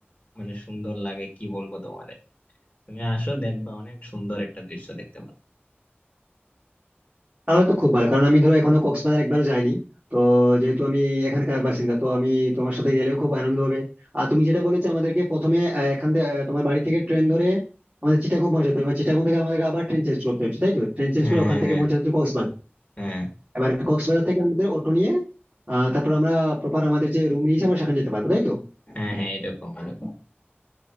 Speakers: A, on the left; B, on the right.
A: মানে সুন্দর লাগে কি বলবো তোমারে তুমি আসো দেখবা অনেক সুন্দর একটা দৃশ্য দেখতে পারো
B: তাহলে তো খুব ভালো কারণ আমি ধরো এখনো কক্সবাজার একবারও যাইনি তো যেহেতু আমি এখানকার বাসিন্দা তো আমি তোমার সাথে গেলেও খুব আনন্দ হবে আর তুমি যেটা বলেছো আমাদেরকে প্রথমে আহ, এখান থেকে তোমার বাড়ি থেকে ট্রেন ধরে আমাদের চিটাগং পৌঁছাতে হবে মানে চিটাগং থেকে আমাদেরকে আবার ট্রেন চেঞ্জ করতে হচ্ছে তাই তো ট্রেন চেঞ্জ
A: হ্যাঁ
B: করে ওখান
A: হ্যাঁ
B: থেকে
A: হ্যাঁ
B: পৌঁছাতে হচ্ছে কক্সবাজার
A: হ্যাঁ।
B: এবার কক্সবাজার থেকে আমাদের অটো নিয়ে আহ তারপর আমরা প্রপার আমাদের যে রুম নিয়েছি আমরা সেখানে যেতে পারবো তাই তো
A: হ্যাঁ হ্যাঁ এরকম এরকম